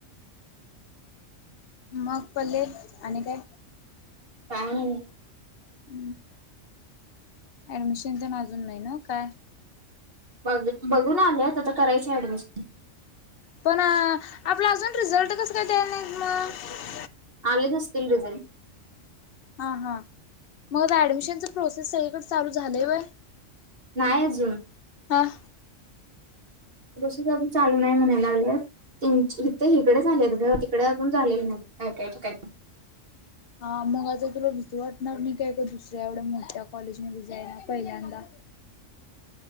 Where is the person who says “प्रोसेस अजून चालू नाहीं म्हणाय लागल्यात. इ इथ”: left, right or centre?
Right